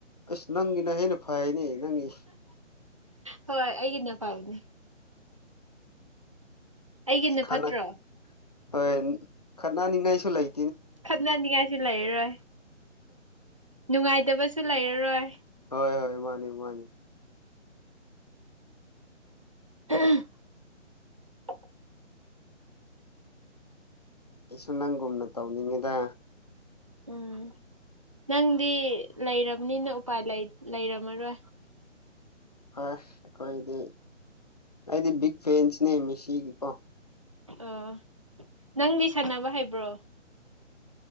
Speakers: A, on the left (about 35°); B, on the right (about 30°).
A: ꯑꯁ ꯅꯪꯒꯤꯅ ꯍꯦꯟꯅ ꯐꯩꯌꯦꯅꯦ ꯅꯪꯒꯤ
B: ꯍꯣꯏ ꯑꯩꯒꯤꯅ ꯐꯕꯅꯦ ꯑꯩꯒꯤꯅ
A: ꯈꯠꯅ
B: ꯐꯠꯇ꯭ꯔꯣ
A: ꯍꯣꯏ ꯈꯠꯅꯅꯤꯡꯉꯥꯏꯁꯨ ꯂꯩ
B: ꯈꯠꯅꯅꯤꯡꯉꯥꯏꯁꯨ ꯂꯩꯔꯔꯣꯏ ꯅꯨꯡꯉꯥꯏꯇꯕꯁꯨ ꯂꯩꯔꯔꯣꯏ
A: ꯍꯣꯏ ꯍꯣꯏ ꯃꯥꯅꯦ ꯃꯥꯅꯦ
B: <unintelligible>
A: ꯑꯩꯁꯨ ꯅꯪꯒꯨꯝꯅ ꯇꯧꯅꯤꯡꯉꯦꯗ
B: ꯎꯝ ꯅꯪꯗꯤ ꯂꯩꯔꯕꯅꯤꯅ ꯎꯄꯥꯏ ꯂꯩꯔꯝꯃꯔꯣꯏ
A: ꯑꯁ ꯑꯩꯈꯣꯏꯗꯤ ꯑꯩꯗꯤ ꯕꯤꯛ ꯐꯦꯟꯁꯅꯦ ꯃꯤꯦꯁꯤꯒꯤꯀꯣ
B: ꯑꯣ ꯅꯪꯗꯤ ꯁꯥꯟꯅꯕ ꯍꯩꯕ꯭ꯔꯣ